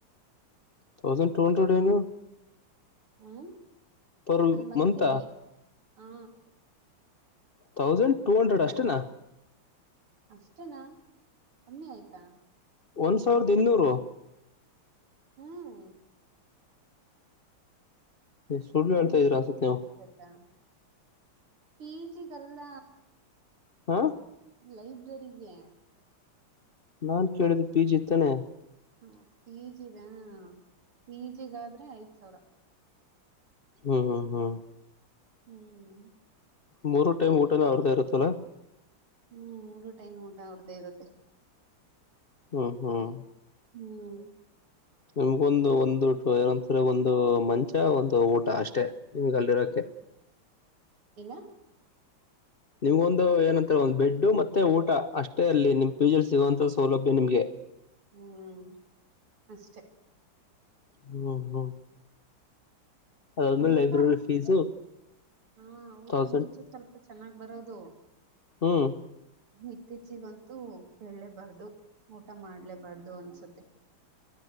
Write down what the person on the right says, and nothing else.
ಹ್ಮ್
ಒಂದ್ ಮಂತ್ಗೆ
ಹಾ
ಅಷ್ಟನಾ <inaudible> ಕಮ್ಮಿ ಆಯ್ತಾ?
ಹ್ಮ್
ಕಮ್ಮಿ
ಆಯ್ತ
ಜಾಸ್ತಿ ಆಯ್ತ ಪಿ ಜಿ ಗಲ್ಲ
ಲೈಬ್ರರಿಗೆ
ಹ್ಮ್ ಪಿ ಜಿ ಗ ಪಿಜಿಗಾದ್ರೆ ಐದ್ ಸಾವಿರಾ
ಹ್ಮ್
ಹ್ಮ್ ಮೂರು ಟೈಮ್ ಊಟಾ ಅವ್ರದೇ ಇರುತ್ತೆ
ಹ್ಮ್
ಏನು
ಹ್ಮ್ ಅಷ್ಟೇ
ಊಟ
ಹಾ ಊಟ
ಮುಂಚೆ ಸ್ವಲ್ಪ ಚೆನ್ನಾಗ್ ಬರೋದು
ಇತ್ತೀಚಿಗಂತೂ ಕೇಳಲೇಬಾರ್ದು ಊಟ ಮಾಡ್ಲೇಬಾರ್ದು ಅನ್ಸತ್ತೆ